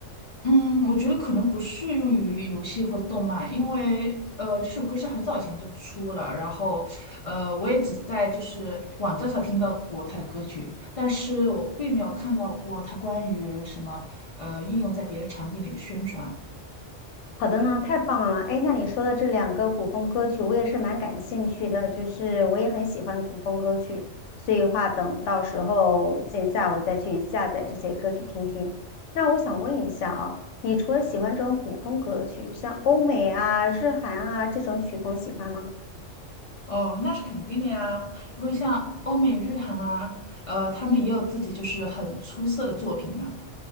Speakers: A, on the left (about 55°); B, on the left (about 75°).
A: 嗯，我觉得可能不适用于游戏或者动漫，因为呃，这首歌是很早以前就出了，然后呃，我也只在就是网站上听到过他的歌曲，但是我并没有看到过他关于什么呃应用在别的场景里的宣传。
B: 好的呢，太棒了！哎，那你说的这两个古风歌曲，我也是蛮感兴趣的，就是我也很喜欢古风歌曲，所以的话，等到时候线下我再去下载这些歌曲听听。那我想问一下啊，你除了喜欢这种古风歌曲，像欧美啊、日韩啊这种曲风喜欢吗？
A: 哦，那是肯定的呀，因为像欧美日韩啊，呃，他们也有自己就是很出色的作品啊，